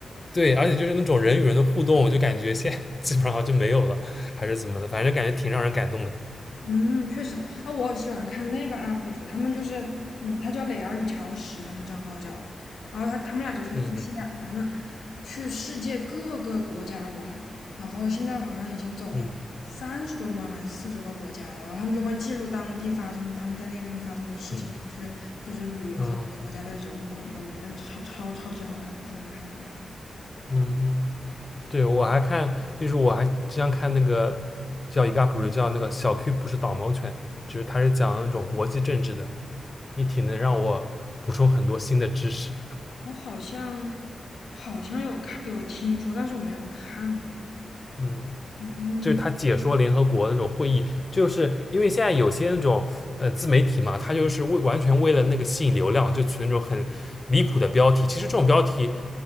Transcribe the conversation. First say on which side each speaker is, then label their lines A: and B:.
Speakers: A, on the left; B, on the left.
A: 对，而且就是那种人与人的互动，我就感觉现在基本上就没有了，还是怎么的，反正感觉挺让人感动的。
B: 嗯，确实啊，我喜欢看那个 UP 主，他们就是，嗯，他叫磊儿与乔石，他们账号叫，然后他他们俩就是夫妻俩嘛，
A: 嗯嗯
B: 他们去世界各个国家玩，然后现在好像已经走了三十多吗，
A: 嗯
B: 还是四十个国家了，然后他们就会记录当地发生他们在那个地方发生的事情，
A: 嗯
B: 然后去就是旅游的那个国家的人文各方面，
A: 嗯
B: 真的超超超级好看，我经常看他们的，
A: 嗯嗯，对，我还看，就是我还经常看那个叫一个 UP 主叫那个小 Q 不是导盲犬，就是他是讲那种国际政治的。也挺能让我补充很多新的知识。
B: 我好像好像有看有听说，但是我没有看过，
A: 嗯，
B: 嗯。
A: 就是他解说联合国那种会议，就是因为现在有些那种呃自媒体嘛，他就是为完全为了那个吸引流量，就取那种很离谱的标题。其实这种标题